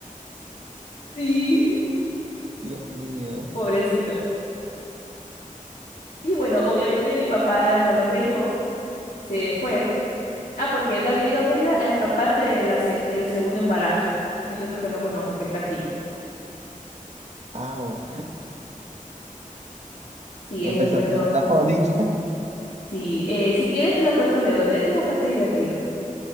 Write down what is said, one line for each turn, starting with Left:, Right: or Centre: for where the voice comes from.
Left: Sí,
Right: Dios mío,
Left: pobrecito. Y bueno, obviamente mi papá no lo creyó, se fue. Ah, porque él había ido a Mérida a escapar de la se- del segundo embarazo, que es el otro que no conozco, que está aquí.
Right: Au,
Left: Sí,
Right: empezó
Left: es un cuento.
Right: mi novela favorita. <laughs>
Left: Sí, eh, si quieres te lo cuento luego. De hecho es bastante divertido.